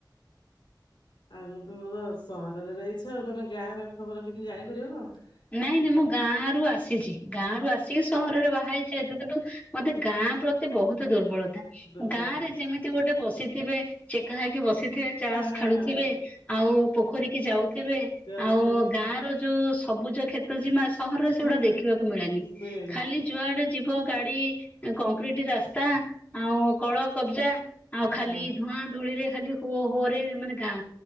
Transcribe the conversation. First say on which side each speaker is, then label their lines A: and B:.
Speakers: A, on the left; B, on the left.
A: ଆଉ ତମେ ତ ସହରରେ ରହିଛ ଆଉ ତମେ ଗାଁ ର ଖବର କେମିତି ଜାଣିପାରିବ କଣ?
B: ନାଇଁ ନାଇଁ ମୁଁ ଗାଁ ରୁ ଆସିଛି, ଗାଁ ରୁ ଆସିକି ସହରରେ ବାହା ହେଇଛି ସେତୁ କିନ୍ତୁ ମତେ ଗାଁ ପ୍ରତି ବହୁତ ଦୁର୍ବଳତା,
A: ଦୁର୍ବଳ
B: ଗାଁ ରେ ଯେମିତି ଗୋଟେ ବସି ଥିବେ ଚେକା ହେଇକି ବସି ଥିବେ, ତାସ
A: ହଁ ହଁ
B: ଖେଳୁଥିବେ,
A: ହଁ
B: ଆଉ ପୋଖରୀ କି ଯାଉଥିବେ,
A: ଯାଉଥିବେ
B: ଆଉ ଗାଁ ର ଯୋଉ ସବୁଜ କ୍ଷେତ୍ର ସୀମା ସହରରେ ସେଗୁଡା
A: ହଁ, ହଁ,
B: ଦେଖିବାକୁ ମିଳେନି,
A: ମିଳେନି।
B: ଖାଲି ଯୁଆଡେ ଯିବ ଗାଡି କଂକ୍ରିଟ ରାସ୍ ରାସ୍ତା ଆଉ କଳ କବଜା ଆଉ ଖାଲି
A: ହଁ ହଁ,
B: ଧୂଆଁ ଧୂଳିରେ ଖାଲି ହୋ ହୋ ରେ ମାନେ ଗାଁ